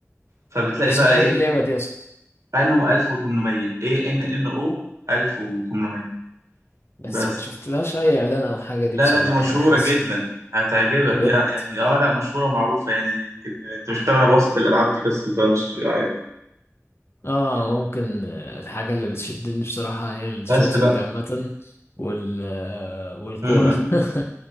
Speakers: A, on the right; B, on the left.
A: فبتلاقي
B: اسمها
A: بقى ايه
B: ايه اللعبة دي اصلا
A: انو 1800 ايه ان ان او 1800
B: بس
A: بس
B: ما شفتلهاش اي اعلان او حاجة دي
A: لا
B: بصراحة
A: لا دي مشهورة
B: يعني حاسس
A: جدا
B: إن
A: هتعجبك
B: بجد
A: يا- يعني اه لا مشهورة ومعروفة يعني يمكن انت مش متابع الوسط الالعاب دي بس فمش عارف
B: اه ممكن آه، الحاجة اللي بتشدني بصراحة هي الشوتينج
A: بس بقى
B: عامة وال آه، والكورة
A: امم
B: <laughs>